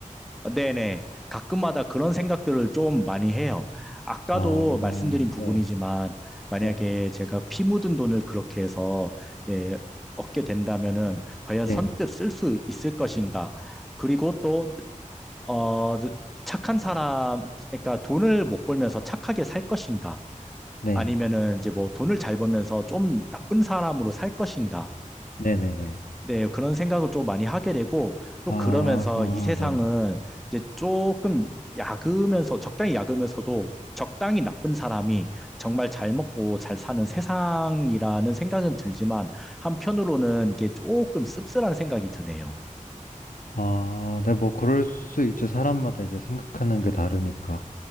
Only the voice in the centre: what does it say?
네네. 가끔마다 그런 생각들을 좀 많이 해요. 아까도
말씀드린 부분이지만
만약에
제가 피 묻은 돈을 그렇게 해서 예, 얻게 된다면은 과연
선뜻 쓸 수 있을 것인가? 그리고 또 어, 착한 사람, 그러니까 돈을 못 벌면서 착하게 살 것인가?
아니면은 이제 뭐 돈을 잘 벌면서 좀 나쁜 사람으로 살 것인가?
네, 그런 생각을 좀 많이 하게 되고, 또
그러면서
이 세상은
이제 조금 약으면서, 적당히 약으면서도 적당히 나쁜 사람이 정말 잘 먹고 잘 사는 세상이라는 생각은 들지만, 한편으로는 이게 조금 씁쓸한 생각이 드네요.